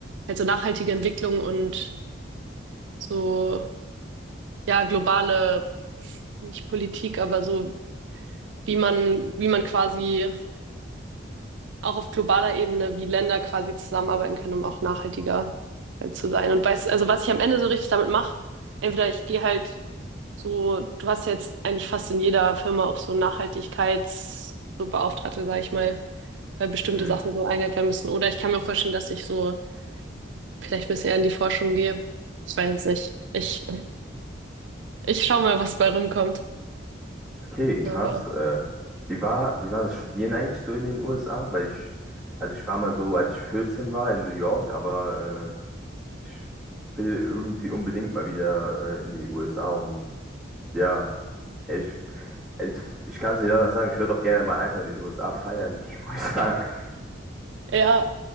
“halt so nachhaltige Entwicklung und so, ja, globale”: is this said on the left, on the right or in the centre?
Right